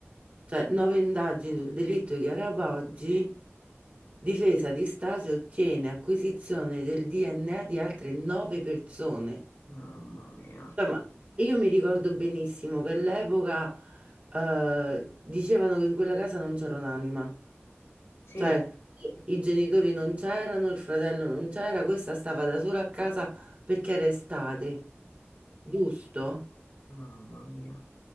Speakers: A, on the right; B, on the left.
A: cioè nove indagini sul delitto di Chiara Poggi, difesa di Stasi ottiene acquisizione del DNA di altre nove persone.
B: Mamma mia.
A: Cioè, ma io mi ricordo benissimo che all'epoca eh, dicevano che in quella casa non c'era un'anima,
B: Sì,
A: cioè i genitori non c'erano, il fratello non c'era, questa stava da sola a casa perché era estate, giusto?
B: mamma mia.